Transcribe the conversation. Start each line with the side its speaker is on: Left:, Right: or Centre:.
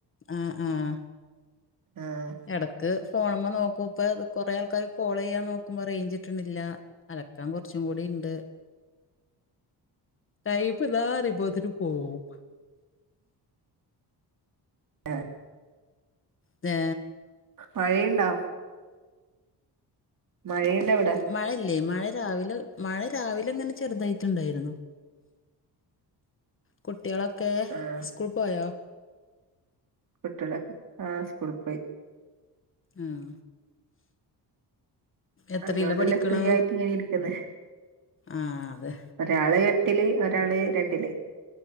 Left: ആഹ് ആഹ്
Right: ആഹ്
Left: എടക്ക് ഫോണുമ്മെ നോക്കും ഇപ്പ കൊറേ ആൾക്കാർ കോളെയ്യാൻ നോക്കുമ്പോ റേയ്ഞ്ചിട്ടണില്ല അലക്കാൻ കൊറച്ചും കൂടി ഇണ്ട് ടൈമ്മിതാറിമ്പോത്തിനും പോവും
Right: ഏഹ്
Left: ദേ
Right: മഴയിണ്ടോ മഴയിണ്ടോവിടെ
Left: മഴയില്ലേ മഴ രാവിലെ മഴ രാവിലെ ഇങ്ങനെ ചെറുതായിട്ടുണ്ടായിരുന്നു കുട്ടികളൊക്കെ
Right: ആഹ്
Left: സ്കൂൾ പോയോ
Right: കുട്ടികളൊക്കെ ആ സ്കൂള് പോയി
Left: ഉം എത്രീലാ
Right: അതുകൊണ്ടല്ലേ
Left: പഠിക്കണ്
Right: ഫ്രീ ആയിട്ട് ഇങ്ങനെ ഇരിക്കുന്നെ
Left: ആ അതെ
Right: ഒരാള് എട്ടില് ഒരാള് രണ്ടില്